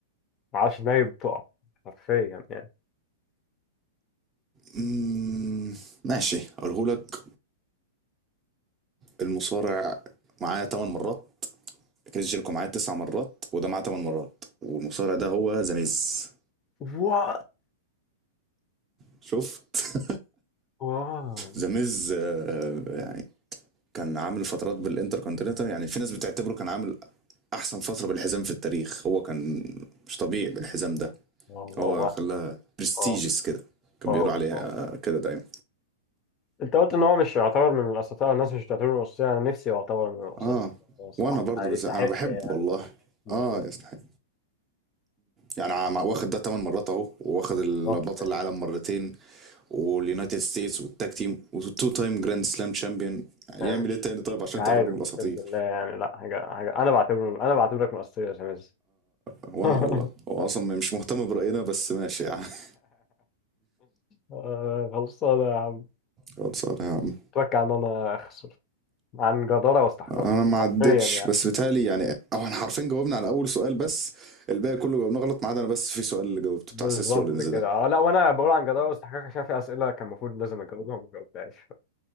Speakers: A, on the left; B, on the right.
A: معرفش ازاي بتقع حرفيا يعني
B: مم، ماشي اقوله لك المصارع معاه 8 مرات كريس جيركو معاه تسع مرات وده معاه ثمان مرات والمصارع ده هو ذا ميز
A: واو
B: شفت
A: واو
B: ذا ميز آه، يعني كان عامل فترات بالانتر كونتيننتال يعني في ناس بتعتبره كان عامل احسن فتره بالحزام في التاريخ هو كان مش طبيعي بالحزام ده
A: واو
B: هو
A: واو واو
B: خلاها برستيجس
A: واو
B: كده كان
A: واو
B: بيقولوا عليها
A: صح
B: كده دايما
A: انت قلت ان هو مش يعتبر من الاساطير او الناس مش بتعتبره من الاساطير انا نفسي يعتبر من الاساطير
B: اه
A: هو صح
B: وانا برضو بس
A: يستحق
B: انا بحب
A: يعني
B: والله
A: مش
B: اه يستحق يعني عم- واخد ده 8 مرات اهو واخد البطل
A: بالظبط يعني
B: العالم مرتين واليونايتد ستيتس والتاج تيم وتو تايم جراند سلام تشامبيون يعمل
A: يعني مش
B: ايه تاني طيب عشان
A: مش عارف
B: تعتبره من الاساطير
A: اقسم بالله يعني لا حاجه حاجه انا بعتبره انا بعتبرك من الاساطير يا شمس
B: وانا
A: <laughs>
B: والله هو اصلا مش مهتم براينا بس ماشي يعني <laughs>
A: آه، خلصانه يا عم
B: اقعد صار يا عم
A: اتوقع ان انا اخسر عن جداره واستحقاق
B: انا ما عدتش
A: حرفيا يعني
B: بس بيتهيألي يعني أو احنا حرفيا جاوبنا على اول سؤال بس الباقي كله جاوبناه غلط ما عدا انا بس في سؤال اللي جاوبته
A: بالظبط
B: بتاع سيس رولينز
A: كده
B: ده
A: اه لا وانا بقول عن جدارة واستحقاق عشان في اسئله كان المفروض لازم اجاوبها وما جاوبتهاش